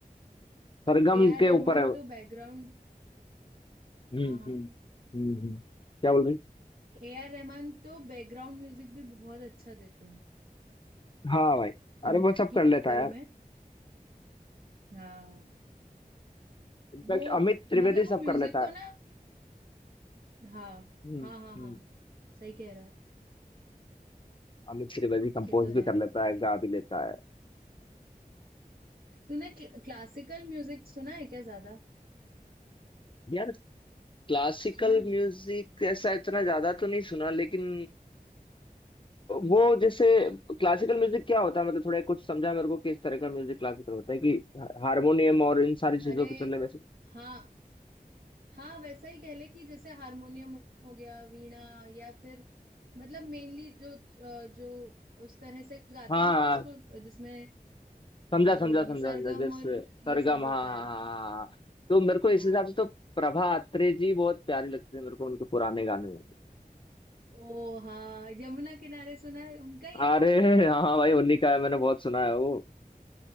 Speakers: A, on the left; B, on the right.
A: सरगम
B: ए आर
A: के
B: रहमान
A: ऊपर है
B: तो बैकग्राउंड
A: हम्म
B: हाँ हाँ
A: हम्म हम्म हम्म। क्या बोल रही
B: ए आर रहमान तो बैकग्राउंड म्यूजिक भी बहुत अच्छा देते हैं
A: हाँ भाई अरे
B: उनकी
A: वो सब कर लेता
B: पिक्चरों
A: है यार
B: में हाँ
A: इनफैक्ट
B: वो
A: अमित त्रिवेदी
B: मतलब वो म्यूजिक
A: सब कर लेता
B: को
A: है
B: ना हाँ
A: हम्म
B: हाँ हाँ
A: हम्म
B: हाँ सही कह रहा है
A: अमित त्रिवेदी कंपोज
B: ये तो
A: भी
B: है
A: कर लेता है गा भी लेता है
B: तूने क्लासिकल म्यूजिक सुना है क्या ज्यादा
A: यार क्लासिकल
B: सुना है
A: म्यूजिक ऐसा इतना ज्यादा तो नहीं सुना लेकिन वो जैसे क्लासिकल म्यूजिक क्या होता है मतलब थोड़ा कुछ समझा मेरे को किस तरह का म्यूजिक क्लासिकल होता है कि हारमोनियम और इन सारी चीजों
B: अरे
A: पे चलने में से
B: हाँ हाँ वैसा ही कह ले कि जैसे हारमोनियम हो गया वीणा या फिर मतलब मेनली जो अ, जो उस तरह से गाते
A: हाँ
B: हैं ना
A: हाँ
B: जिसको जिसमें
A: समझा
B: क्या
A: समझा
B: बोलेंगे
A: समझा
B: सरगम
A: समझा जैसे
B: और
A: सरगम
B: ये सब
A: हाँ
B: होता
A: हाँ
B: है
A: हाँ हाँ। हाँ, हाँ। तो मेरे को इस
B: हाँ
A: हिसाब से तो प्रभा अत्रे जी बहुत प्यारी लगती है मेरे को उनके पुराने गाने
B: ओ हाँ यमुना किनारे सुना है उनका ही है ना
A: अरे हाँ भाई उन्हीं का है मैंने बहुत सुना है वो